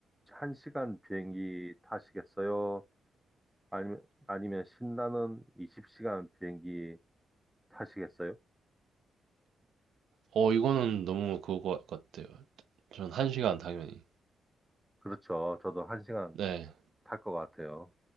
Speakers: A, in the centre; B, on the right.
A: 한시간 비행기 타시겠어요? 아니면, 아니면 신나는 20시간 비행기 타시겠어요?
B: 어, 이거는 너무 그거 같아요. 전 한시간 당연히.
A: 그렇죠. 저도 한시간
B: 네,
A: 탈 것 같아요.